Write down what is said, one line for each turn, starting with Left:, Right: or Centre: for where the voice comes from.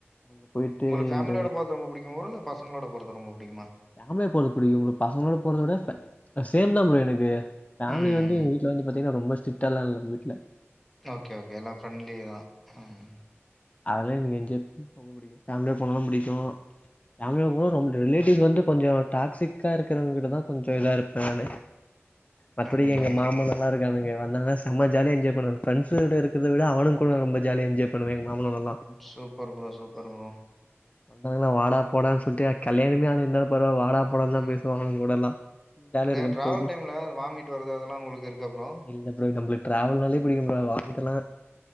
Left: அங்க போயிட்டு
Centre: உங்களுக்கு ஃபேமிலியோட
Left: இந்த
Centre: போறது ரொம்ப புடிக்குமப்ரோ இல்ல பசங்களோட போறது ரொம்ப புடிக்குமா
Left: ஃபேமிலியா போறது புடிக்கு ப்ரோ பசங்களோட போறத விட ஃபே சேம் தா ப்ரோ எனக்கு ஃபெமிலி
Centre: ம்.
Left: வந்து எங்க வீட்டுல வந்து பாத்தீங்கன்னா ரொம்ப ஸ்ட்ரிக்டாலா இல்ல எங்க வீட்டுல
Centre: ஓகே ஓகே எல்லா ஃப்ரெண்ட்லி தா ம்
Left: அதுல தா எனக்கு என்ஜம் பேமிலி ஓட போன தா புடிக்கு பேமிலி போம்போது ரிலேட்டிவ்ஸ் வந்து கொஞ்சோ டாக்சிக்கா இருக்கிறவங்க கிட்ட தா கொஞ்சோ இதா இருப்பே நானு மத்தபடி
Centre: அப்டிங்களா?
Left: எங்க மாமனா எல்லா இருக்கானுங்க வந்தாலா செமா ஜாலிய என்ஜாய் பண்ணுவஃப்ரண்ட்ஸட இருக்கத விட அவனுங் கூட ரொம்ப ஜாலிய என்ஜாய் ப பன்னுவேங் மாம்பழதா
Centre: சூப்பர் ப்ரோ சூப்பர் ப்ரோ
Left: வந்தாங்கான வாடா போடான் சொல்ட்டு கல்யாணமே ஆனா இந்த பரவால்ல வாடா போடான் தா
Centre: ம்.
Left: பேசுவாங்க எங் கூடலா ஜாலியா
Centre: இந்த
Left: இருக்கும்
Centre: டிராவல்
Left: போய்ட்டு
Centre: டைமில் வாமிட் வர்றது அதெல்லாம் உங்களுக்கு இருக்கா ப்ரோ
Left: இல்ல ப்ரோ நம்ளுக் டிராவல் நல்லையே புடிக்கும் ப்ரோ வாமிட்டெல்லா